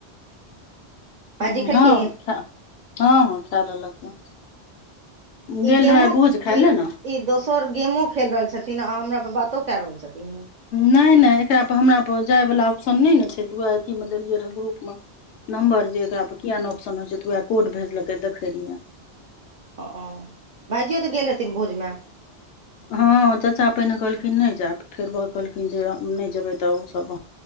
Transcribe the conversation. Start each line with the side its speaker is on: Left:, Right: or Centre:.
Right: भाइजी
Left: हँ
Right: खेलखिन
Left: खालेलक खाय ललक
Right: ई
Left: गेल
Right: गेमो
Left: रहै भोज खााय
Right: ई
Left: ले ने
Right: ई दोसर गेमो खेल रहल छथिन आ हमरास बातो कए रहल छथिन
Left: नहि नहि एकरापर हमरापर जायवला ऑप्शन नहि ने छै तऽ उएह अथीमे देलियै रहए ग्रुपमे नम्बर जे एकरा पर किियाक ऑप्शन होइ छै तऽएह कोड भेजलकै देखे रहियै
Right: ओ भाइजियो तऽ गेल हथिन भोजमे
Left: हँ चाचा पहिने कहलखिन नहि जायब फेर ब कहलखिन जे नहि जेबे तऽ ओ सब